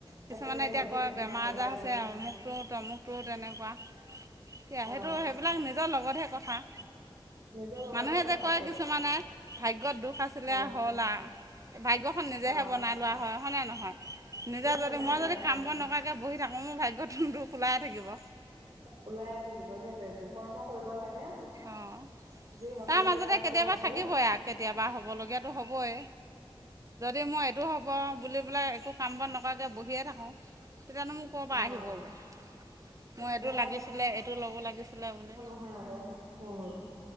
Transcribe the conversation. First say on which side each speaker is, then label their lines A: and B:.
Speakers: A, on the right; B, on the right.
A: কিছুমানে
B: থাকিলেই
A: এতিয়া
B: হ'ল ধূপ
A: কয়
B: ধূনা
A: বেমাৰ
B: জ্বলাই
A: আজাৰ হৈছে
B: ডেইলি
A: অমুকটো তমুকটো তেনেকুৱা। সেয়া
B: অ
A: সেইটো সেইবিলাক নিজৰ লগতহে কথা।
B: নিজৰ। লগতে
A: মানুহে
B: কথা
A: যে কয়
B: চব
A: কিছুমানে ভাগ্যত দুখ আছিলে
B: অ
A: হ'ল আৰ। ভাগ্য খন নিজেহে
B: অ
A: বনাই লোৱা হয় হয়নে নহয়? নিজে যদি,
B: বনাই
A: মই
B: লোৱা
A: যদি
B: হয়
A: কাম বোৰ নকৰাকে বহি থাকো মোৰ ভাগ্যত দোষ ওলাই থাকিব।
B: ওলাই থাকিব সেইটোৱেতো কৰ্ম কৰিব লাগে।
A: অঁ অঁ
B: যি হবলগীয়া
A: তাৰ মাজতে
B: আছে
A: কেতিয়াবা
B: হবই
A: থাকিবই আৰু কেতিয়াবা হব লগীয়াতো হবই। যদি মই এইটো হ'ব বুলি পেলাই একো কাম বন নকৰাকৈ বহিয়ে থাকোঁ তেতিয়ানো মোৰ ক'ৰ পৰা
B: অ
A: আহিবগৈ, মোৰ
B: এ
A: এইটো লাগিছিলে এইটো ল'ব লাগিছিলে বুলি।
B: হয় আকৌ উম।